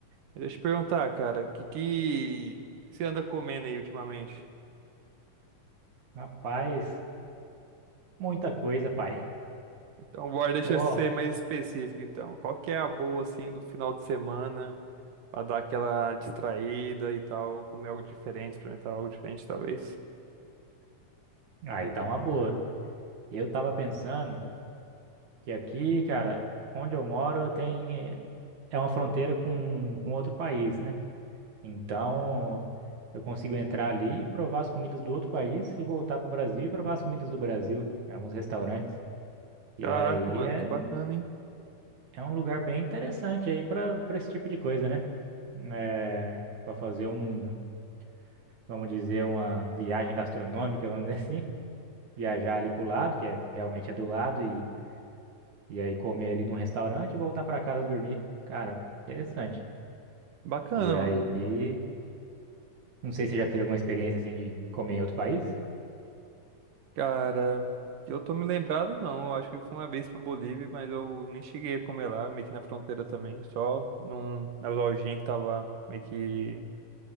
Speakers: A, on the right (about 80°); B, on the right (about 65°).
A: Mas Deixa eu te perguntar, cara, o que que você anda comendo aí ultimamente?
B: Rapaz, muita coisa, pai.
A: Então, bora, deixa
B: Ó,
A: eu ser mais específico, então. Qual que é a boa, assim, do final de semana pra dar aquela distraída e tal, comer algo diferente, experimentar algo diferente, talvez?
B: aí tá uma boa. Eu tava pensando que aqui, cara, onde eu moro tem é uma fronteira com, com outro país, né? Então, eu consigo entrar ali e provar as comidas do outro país e voltar pro Brasil e provar as comidas do Brasil, em alguns restaurantes. E
A: Caraca,
B: aí
A: mano,
B: é,
A: que bacana, hein?
B: é um lugar bem interessante aí pra para esse tipo de coisa, né? é, para fazer um, vamos dizer, uma viagem gastronômica, vamos dizer <laughs> assim. Viajar ali pro lado, que é realmente é do lado, e, e aí comer ali num restaurante e voltar pra casa dormir. Cara, interessante.
A: Bacana,
B: E aí,
A: mano.
B: não sei se você já teve alguma experiência assim de comer em outro país?
A: Cara, eu tô me lembrado não, eu acho que foi uma vez pra Bolívia, mas eu nem cheguei a comer lá, meio que na fronteira também, só num, na lojinha que tava meio que,